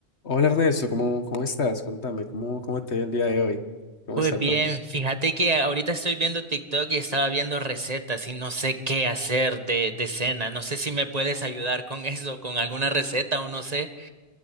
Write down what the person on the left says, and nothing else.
Hola Ernesto, ¿cómo, cómo estás? Contame, ¿cómo, cómo te ha el día de hoy? ¿Cómo
está
todo?